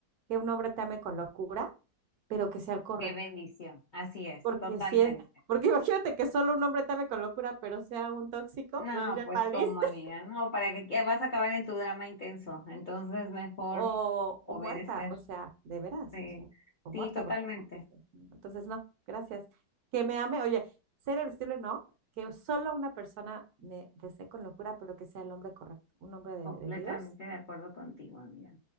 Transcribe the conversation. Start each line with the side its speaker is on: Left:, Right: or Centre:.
Right: que un hombre te ame con locura, pero que sea el correcto,
Left: Qué bendición. Así es,
Right: porque
Left: totalmente.
Right: si es... Porque imagínate que solo un hombre te ame con locura, pero sea un tóxico,
Left: No,
Right: pues ya
Left: pues
Right: valiste.
Left: como amiga, no, para que que vas a acabar en tu drama intenso. Entonces, mejor
Right: o,
Left: obedecer.
Right: o muerta, o sea, de veras,
Left: Sí,
Right: o sea, o
Left: sí,
Right: muerta,
Left: totalmente,
Right: porque antes, eh, no. entonces no, gracias. Que me ame, oye, ser irresistible no, que solo una persona me desee con locura, pero que sea el hombre correcto, un hombre de,
Left: completamente
Right: de Dios.
Left: de acuerdo contigo, amiga.